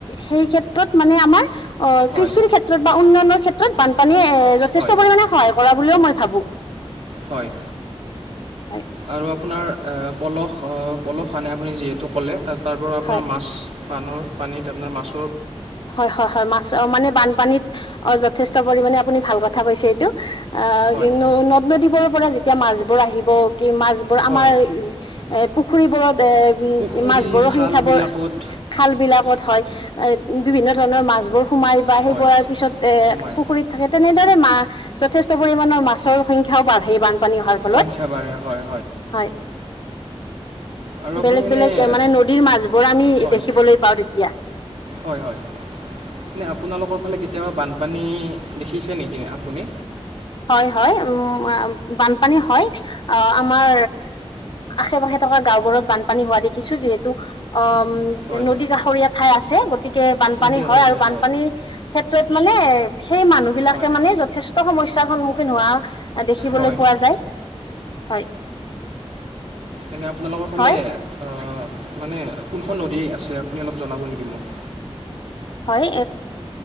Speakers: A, on the left (about 50°); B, on the right (about 75°).
A: সেই ক্ষেত্ৰত মানে আমাৰ অ
B: হয়
A: কৃষিৰ ক্ষেত্ৰত বা উন্নয়নৰ ক্ষেত্ৰত বানপানীয়ে এ যথেষ্ট
B: হয়
A: পৰিমণে সহায় কৰা বুলিও মই ভাবো।
B: হয়
A: হয়
B: আৰু আপোনাৰ পলস পলস আনে আপুনি যিহেতু ক'লে তাৰ পৰা আপোনাৰ
A: হয়
B: মাছ পানৰ পানীত আপোনাৰ মাছ
A: হয় হয় হয় মাছ অ মানে বানপানীত অ যথেষ্ট পৰিমাণে আপুনি ভাল কথা কৈছে এইটো আহ
B: হয়
A: নদ নদীৰ পৰা এতিয়া মাছবোৰ আহিব কি মাছবোৰ
B: হয়
A: আমাৰ এ পুখুৰীবোৰত এ
B: পুখুৰী
A: উম মাছবোৰৰ
B: খালবিলাকত
A: সংখ্যা বোৰ খাল বিলাকত হয় এ বিভিন্ন ধৰণৰ মাছবোৰ সোমাই বা সেইবোৰৰ
B: হয়
A: পিছত
B: সোমায়
A: পুখুৰীত থাকে। তেনেদৰে মা যথেষ্ট পৰিমাণৰ মাছৰ সংখ্যাও বাঢ়ে বান পানী অহাৰ ফলত
B: সংখ্যা বাঢ়ে হয়
A: হয়।
B: আৰু আপুনি
A: বেলেগ
B: এনে
A: বেলেগ মানে নদীৰ মাছবোৰ আমি
B: হয়
A: দেখিবলৈ পাও তেতিয়া
B: হয় হয়। এনে আপোনালোকৰ ফালে কেতিয়াবা বানপানী দেখিছে নিকি আপুনি?
A: হয় হয় উ বানপানী হয় অ আমাৰ আশে পাশে থকা গাও বোৰত বানপানী হোৱা দেখিছো যিহেতু অ
B: হয়
A: উ নদী কাষৰীয়া ঠাই আছে গতিকে বানপানী
B: নদী
A: হয়
B: হৈ
A: আৰু
B: থাকে
A: বানপানীৰ ক্ষেত্ৰত মানে সেই মানুহ বিলাকে
B: হয়
A: মানে যথেষ্ট সমস্যা সন্মুখীন হোৱা দেখিবলৈ
B: হয়
A: পোৱা যায় হয়।
B: এনে আপোনালোকৰ ফালে
A: হয়
B: আহ মানে কোনখন নদী আছে আপুনি অলপ জনাব নিকি মোক?
A: হয়